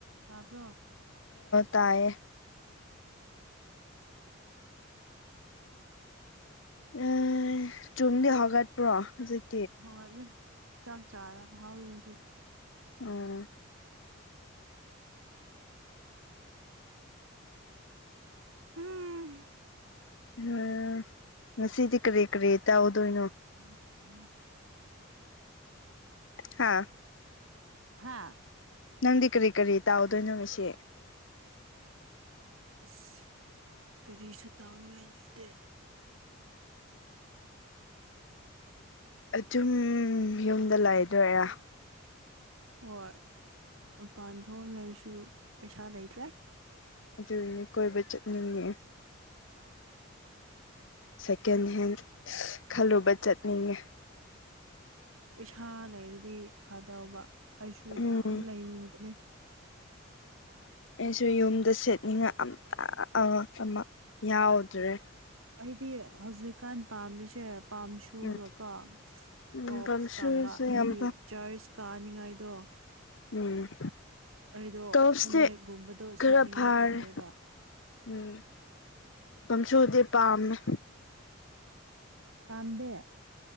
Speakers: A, on the right (about 80°); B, on the left (about 65°).
A: ꯇꯥꯕ꯭ꯔꯣ
B: ꯇꯥꯌꯦ ꯑꯦ ꯆꯨꯝꯗꯤ ꯍꯧꯒꯠꯄ꯭ꯔꯣ ꯍꯧꯖꯤꯛ
A: ꯍꯧꯒꯠꯂꯦ ꯆꯥꯛ ꯆꯥꯔꯥ ꯍꯥꯎꯔꯤ ꯍꯧꯖꯤꯛ
B: ꯎꯝ
A: ꯎꯝ
B: ꯎꯝ ꯉꯁꯤꯗꯤ ꯀꯔꯤ ꯀꯔꯤ ꯇꯥꯎꯗꯣꯏꯅꯣ
A: ꯎꯝ ꯎꯝ
B: ꯍꯥꯥ
A: ꯍꯥꯥ
B: ꯅꯪꯗꯤ ꯀꯔꯤ ꯀꯔꯤ ꯇꯥꯎꯗꯣꯏꯅꯣ ꯉꯁꯤ
A: ꯑꯁ ꯀꯔꯤꯁꯨ ꯇꯧꯅꯤꯡꯉꯥꯏ ꯂꯩꯇꯦ
B: ꯑꯨꯝ ꯌꯨꯝꯗ ꯂꯩꯥꯛꯗꯣꯏꯔꯥ
A: ꯍꯣꯏ ꯄꯥꯟ ꯊꯣꯡꯉꯩꯁꯨ ꯄꯩꯁꯥ ꯂꯩꯇ꯭ꯔꯦ
B: ꯑꯗꯨ ꯀꯣꯏ ꯆꯠ ꯅꯌꯦ ꯁꯦꯀꯦꯟ ꯍꯦꯟ ꯈꯜꯂꯨꯕ ꯆꯠꯅꯤꯡꯉꯤ
A: ꯄꯩꯁꯥ ꯂꯩꯔꯗꯤ ꯐꯗꯕ ꯑꯩꯁꯨ
B: ꯎꯝ
A: ꯌꯥꯝ ꯂꯩꯅꯤꯡꯕꯅꯤ
B: ꯑꯩꯁꯨ ꯌꯨꯝꯗ ꯁꯦꯠꯅꯤꯡꯉ ꯑ ꯑꯉ ꯌꯥꯎꯗ꯭ꯔꯦ
A: ꯑꯩꯗꯤ ꯍꯧꯖꯤꯛꯀꯥꯟ ꯄꯥꯝꯃꯤꯁꯦ ꯄꯥꯝꯁꯨꯒꯀꯣ
B: ꯎꯝ ꯎꯝ
A: ꯇꯣꯞꯁ
B: ꯄꯝ ꯁꯨꯁꯨ
A: ꯄꯥꯝꯕ ꯍꯥꯏꯗꯤ
B: ꯌꯥꯝ
A: ꯆꯔꯆ ꯀꯥꯅꯤꯡꯉꯥꯏꯗꯣ
B: ꯎꯝ
A: ꯑꯩꯗꯣ
B: ꯇꯣꯞꯁꯇꯤ
A: ꯐꯅꯦꯛꯒꯨꯝꯕꯗꯣ
B: ꯈꯔ
A: ꯁꯦꯠꯅꯤꯉꯥꯏ
B: ꯐꯥꯔꯦ
A: ꯇꯥꯂꯦꯕ
B: ꯎꯝ ꯑꯗꯨꯝꯁꯨꯗꯤ ꯄꯥꯝꯃꯦ
A: ꯄꯥꯝꯕꯦ